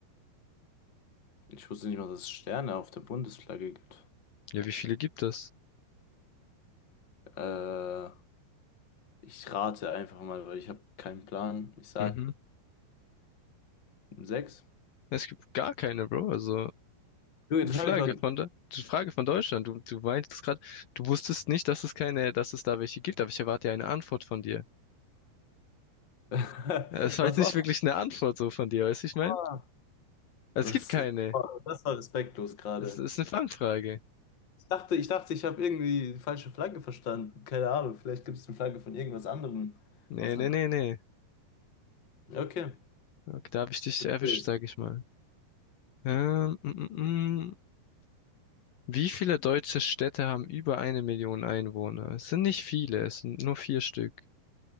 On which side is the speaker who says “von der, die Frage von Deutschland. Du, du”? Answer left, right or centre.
Left